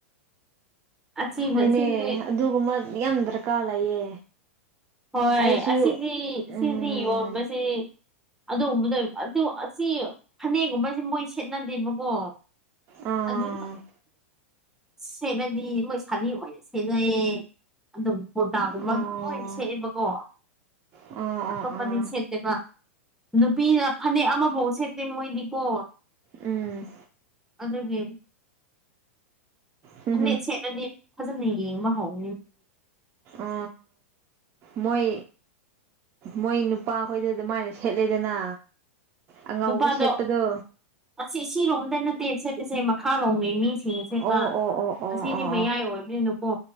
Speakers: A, in the centre; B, on the right.
A: ꯑꯁꯤꯗ
B: ꯍꯣꯏꯅꯦ
A: ꯁꯤꯗꯤ
B: ꯑꯗꯨꯒꯨꯝꯕ ꯌꯥꯝ ꯗꯔꯀꯥꯔ ꯂꯩꯌꯦ
A: ꯍꯣꯏ
B: ꯑꯩꯁꯨ
A: ꯑꯁꯤꯗꯤ
B: ꯎꯝ
A: ꯁꯤꯅꯤ ꯌꯣꯟꯕꯁꯤ ꯑꯗꯨꯒꯕꯗꯣ ꯑꯗꯨ ꯑꯁꯤ ꯐꯅꯦꯛꯒꯨꯝꯕꯁꯦ ꯃꯣꯏ ꯁꯦꯠꯅꯗꯦꯕꯀꯣ
B: ꯑꯥ
A: ꯑꯗꯨꯗꯤ ꯁꯦꯠꯅꯗꯤ ꯃꯣꯏ ꯁꯥꯅꯤ ꯑꯣꯏꯅ ꯁꯦꯠꯅꯩꯌꯦ ꯑꯗꯨꯒ ꯀꯣꯔꯗꯥꯒꯨꯝꯕ
B: ꯑꯥ
A: ꯑꯗꯨꯝ ꯁ ꯣ
B: ꯑꯥ
A: ꯑꯇꯣꯞꯄꯗꯤ
B: ꯑꯥ ꯑꯥ
A: ꯁꯦꯠꯇꯦꯕ ꯅꯨꯄꯤꯅ ꯐꯅꯦꯛ ꯑꯃꯐꯥꯎ ꯁꯦꯠꯇꯦ ꯃꯣꯏꯗꯤꯀꯣ
B: ꯎꯝ
A: ꯑꯗꯨꯒꯤ
B: ꯍꯨꯝ
A: ꯐꯅꯠ ꯁꯦꯠꯂꯗꯤ ꯐꯖꯅ ꯌꯦꯡ ꯃꯍ ꯍꯧꯥꯎ
B: ꯑ ꯃꯣꯏ ꯃꯣꯏ ꯅꯨꯄꯥ ꯈꯣꯏꯗ ꯑꯗꯨꯃꯥꯏꯅ ꯁꯦꯠꯂꯦꯗꯅ ꯑꯉꯧꯕ
A: ꯅꯨꯄꯥꯗꯣ
B: ꯁꯦꯠꯄꯗꯣ
A: ꯑꯁꯤ ꯁꯤꯔꯣꯝꯗ ꯅꯠꯇꯦ ꯁꯠꯂꯤꯁꯦ ꯃꯈꯥꯔꯣꯝꯒꯤꯩ ꯃꯤ ꯁꯤꯦ ꯆꯦ
B: ꯑꯣ
A: ꯄ
B: ꯑꯣ ꯑꯣ ꯑꯣ
A: ꯑꯁꯤꯗꯤ
B: ꯑꯣ
A: ꯃꯌꯥꯏ
B: ꯑꯣ ꯑꯣ ꯑꯣ
A: ꯑꯣꯏꯕꯅꯤꯅꯨꯀꯣ